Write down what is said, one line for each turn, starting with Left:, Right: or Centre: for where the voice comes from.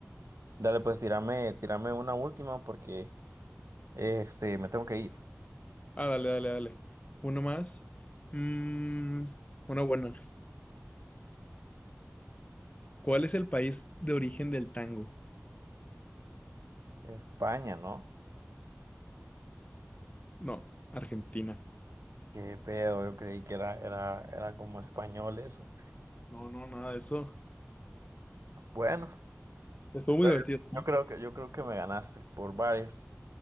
Right: Dale, pues tírame, tírame una última porque este, me tengo que ir.
Left: Ah, dale, dale, dale. Uno más. Mm, una buena. ¿Cuál es el país de origen del tango?
Right: España, ¿no?
Left: No, Argentina.
Right: Qué pedo, yo creí que era, era, era como español eso.
Left: No, no, nada de eso.
Right: Bueno,
Left: Estuvo muy
Right: bueno,
Left: divertido, ¿no?
Right: yo creo que, yo creo que me ganaste por varias.